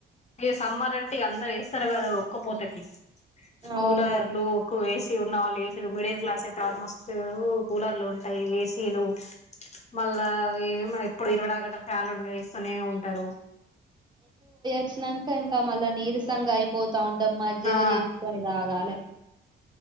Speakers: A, on the left; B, on the right.
A: ఇ సమ్మర్ అంటే అందరు వేస్తారు కదా ఉక్క పూతకి కూలర్లు
B: అవును.
A: ఎక్కువ వే ఉన్నవాళ్ళు ఏసీలు మిడిల్ క్లాస్ అయితే ఆల్మోస్ట్ కూలర్లు ఉంటాయి ఏసీ లు మళ్ళా ఏ ఎప్పుడు ఇరవై నాలుగు గంటలు ఫ్యాలు వేస్తూనే ఉంటారు
B: వచ్చినంక ఇంకా మళ్ళా నీరసంగా అయిపోతా ఉంటం మజ్జిగా
A: ఆ
B: చేసుకొని తాగాలి